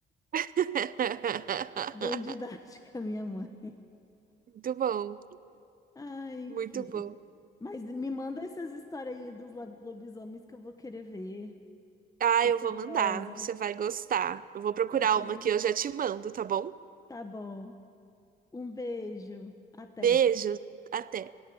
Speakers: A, on the right (about 45°); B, on the left (about 15°).
A: <laughs>
B: Bem didática, minha mãe.
A: Muito bom,
B: <laughs> Ai, enfim.
A: muito bom.
B: Mas me manda essas histórias aí dos la- lobisomens que eu vou querer ver.
A: Ah,
B: Tô
A: eu
B: curiosa.
A: vou mandar, você vai gostar. Eu vou procurar
B: Tá bem.
A: uma que eu já te mando, tá bom?
B: Tá bom. Um beijo. Até.
A: Beijo, até.